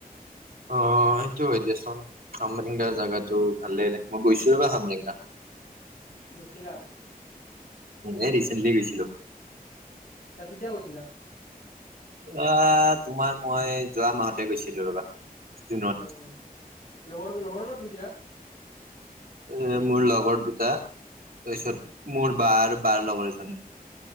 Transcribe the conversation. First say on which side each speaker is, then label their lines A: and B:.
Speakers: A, on the right (about 70°); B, on the left (about 60°).
A: অ সেইটো হয় দিয়াচোন কামৰেংগা জাগগাতটো ভালে মই গৈছো ৰবা হামৰেং।
B: গৈছিলা
A: এ
B: উম,
A: ৰিচেণ্টলী গৈছিলোঁ।
B: আচ্ছা কেতিয়া গৈছিলা?
A: অ তোমাৰ মই যোৱা মাহতে গৈছিলো ৰবা জুনত
B: উম, লগৰ লগৰ লগত গৈছিলা।
A: এ মোৰ লগৰ দুটা তাৰপিছত
B: উম।
A: মোৰ বা আৰু বাৰ লগৰ এজনী